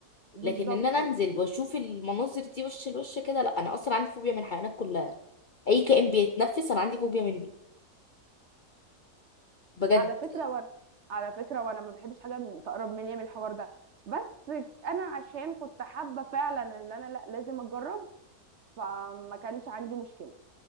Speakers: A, on the right (about 60°); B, on the left (about 50°).
A: بالظبط
B: لكن ان انا انزل واشوف المناظر دي وش لوش كده لا انا اصلا عندي فوبيا من الحيوانات كلها اي كائن بيتنفس انا عندي
A: عشان
B: فوبيا منه بجد
A: على فكره وانا على فكره وانا ما بحبش حاجه من- تقرب مني من الحوار ده بس انا عشان كنت حابه فعلا ان انا لا لازم اجرب فما كانش عندي مشكله